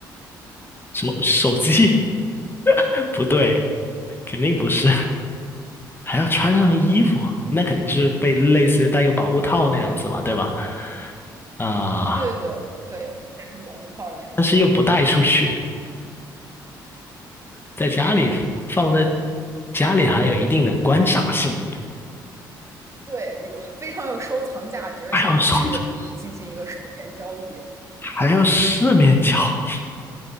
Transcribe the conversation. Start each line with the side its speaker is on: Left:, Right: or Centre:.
Left: 什么手机？<laughs> 不对，肯定不是。还要穿上衣服，那肯定是被类似于带个保护套那样子嘛，对吧？啊、
Right: 对对对对，戴上保护套的那种。
Left: 但是又不带出去，在家里放在家里还有一定的观赏性，
Right: 对，有非常有收藏价值，而且平时也可以进行一个书面交易。
Left: 还要说 <laughs> 还要四面 <laughs> 交易，